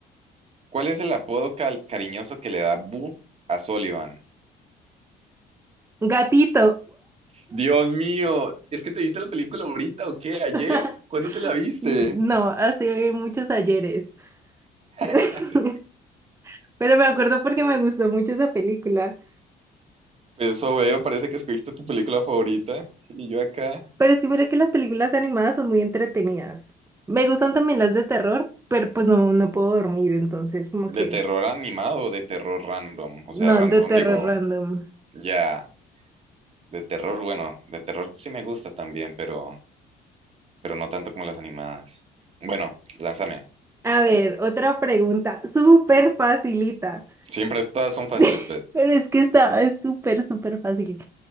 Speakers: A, on the right; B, on the right.
A: ¿cuál es el apodo cal- cariñoso que le da Boo a Sullivan?
B: Gatito.
A: Dios mío, ¿es que te viste la película ahorita o qué? ¿Ayer?
B: <laughs>
A: ¿Cuándo te la viste?
B: No, hace muchos ayeres. <laughs>
A: <laughs>
B: Pero me acuerdo porque me gustó mucho esa película.
A: Pues eso veo, parece que escogiste tu película favorita. Y yo acá,
B: Pero es que mira que las películas animadas son muy entretenidas. Me gustan también las de terror, pero pues no, no puedo dormir, entonces como
A: de
B: que
A: terror animado o de terror random. O sea,
B: no,
A: random,
B: de terror
A: digo,
B: random.
A: ya, de terror, bueno, de terror sí me gusta también, pero, pero no tanto como las animadas. Bueno, lánzame.
B: A ver, otra pregunta, súper facilita.
A: Siempre es- todas son fáciles,
B: <laughs>
A: pues.
B: Pero es que está, es súper, súper fácil.